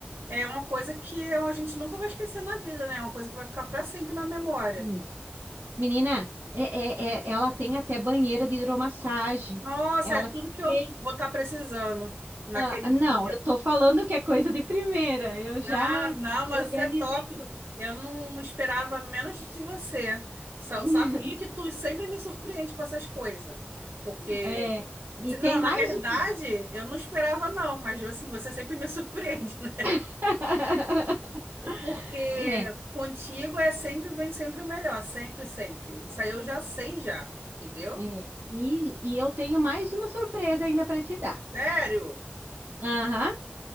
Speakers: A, on the right (about 80°); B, on the right (about 60°).
A: é uma coisa que a gente nunca vai esquecer na vida, né? É uma coisa que vai ficar para sempre na memória.
B: isso. Menina, é, é- é- ela tem até banheira de hidromassagem.
A: Nossa,
B: Ela
A: é tudo que eu
B: tem.
A: vou estar precisando naquele
B: ah, não,
A: dia.
B: eu tô falando que é coisa de primeira. Eu
A: não
B: já
A: não, mas
B: organizei
A: você é top.
B: tudo.
A: Eu não esperava menos de você. Só eu
B: <laughs>
A: sabia que tu sempre me surpreende com essas coisas. Porque,
B: É, e
A: se-
B: tem
A: não, na
B: mais
A: verdade,
B: uma.
A: eu não esperava, não, mas assim, você sempre me surpreende, né? <laughs>
B: <laughs>
A: Porque
B: É,
A: contigo é sempre, vem sempre o melhor, sempre, sempre. Isso aí eu já sei já, entendeu?
B: é, e, e eu tenho mais uma surpresa ainda para te dar.
A: Sério?
B: Aham,